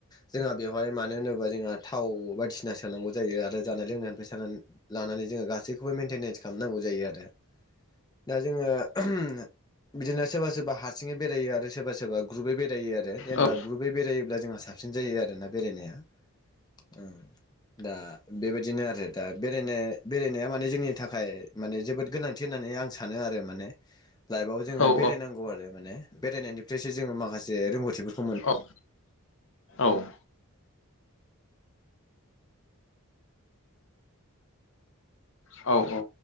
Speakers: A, on the left (about 15°); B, on the left (about 55°).
A: जोंहा बेवहाय मानो होनोबा जोंहा थाव बायदिसिना सोनांगौ जायो आरो जानाय लोंनायनिफ्राय सानानै लानानै जों जोङो गासैखौबो मेनटेनेन्स खालामनांगौ जायो आरो दा जोङो उम बिदिनो सोरबा सोरबा हारसिङै बेरायो आरो सोरबा सोरबा ग्रुपै बेरायो आरो जेनेबा
B: औ
A: ग्रुपै बेरायोब्ला जोंहा साबसिन जायो आरोना बेरायनाया उम दा बे बायदिनो आरो दा बेरायनो बेरायनाया माने जोंनि थाखाय माने जोबोद गोनांथि होननानै माने आं सानो आरो माने लाइफआव जोङो
B: औ
A: बेरायनांगौ आरो माने बेरायनायनिफ्रायसो जोङो माखासे रोंगौथिफोरखौ
B: औ
A: मोनो
B: औ औ औ